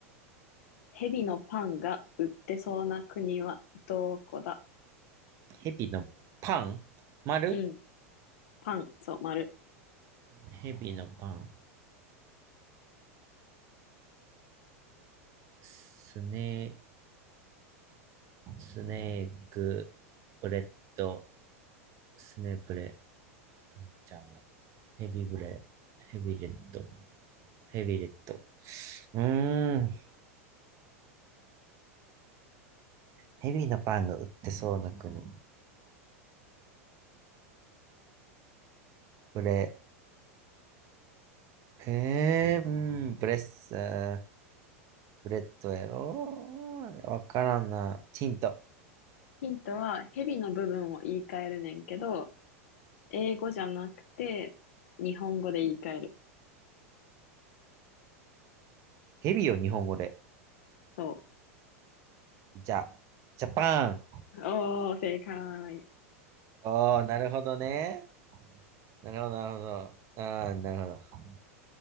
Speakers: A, on the left; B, on the right.
A: 蛇のパンが売ってそうな国はどこだ
B: ヘビのパン丸
A: うん。パン、そう、丸。
B: ヘビのパン。スネ、スネーク、ブレッド、スネブレ。うんじゃあね。ヘビブレ、ヘビレッド、ヘビレッド。うーん。ヘビのパンが売ってそうな国。ブレ、えー、うん、ブレッサー、ブレッドやろわからんな。ヒント。
A: ヒントは、蛇の部分を言い換えるねんけど、英語じゃなくて、日本語で言い換える。
B: ヘビを日本語で。
A: そ
B: じゃ、ジャパン。
A: う。おー、正解。
B: おー、なるほどね。なるほど、なるほど。ああ、なるほど。